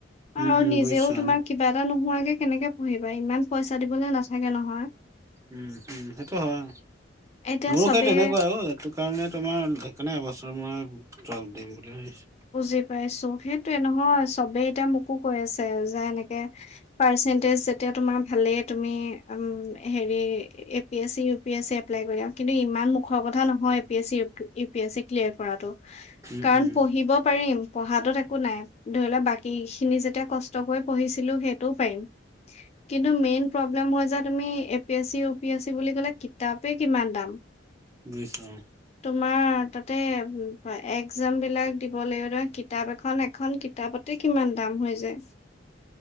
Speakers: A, on the right; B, on the left.
A: উম
B: আৰু
A: উম
B: নিজেও
A: বুজিছো
B: তোমাৰ
A: অ।
B: কিবা এটা নোহোৱাকে কেনেকে পঢ়িবা ইমান পইচা দিবলে নাথাকে নহয়
A: উম হুম সেইটো হয়
B: এতিয়া
A: মোৰো
B: চবে
A: সেই তেনেকুৱাই অ এইটো সেই কাৰণে তোমাৰ সেইকাৰণে এবছৰ মই দ্ৰপ দিম বুলি ভাবিছো
B: বুজি পাইছো সেইটোয়ে নহয় চবেই এতিয়া মোকো কৈ আছে যে এনেক পাৰ্চন্টেজ যেতিয়া তোমাৰ ভালেই, তুমি উম হেৰি A P S C, U P S C apply কৰি দিয়া। কিন্তু ইমান মুখৰ কথা নহয় A P S C, U P S C clear কৰাটো।
A: উম
B: কাৰণ
A: উম
B: পঢ়িব পাৰিম পঢ়াতোত একো নাই, ধৰি লোৱা বাকী খিনি যেতিয়া কষ্ট কৰি পঢ়িছিলো সেইটোও পাৰিম। কিন্তু মেইন প্ৰব্লেম হৈ যায়, তুমি A P S C, U P S C বুলি কলে, কিতাপেই কিমান দাম।
A: বুজিছো অঁ।
B: তোমাৰ তাতে একজাম বিলাক দিব লাগিব ধ কিতাপ এখন, এখন কিতাপতে কিমান দাম হৈ যায়।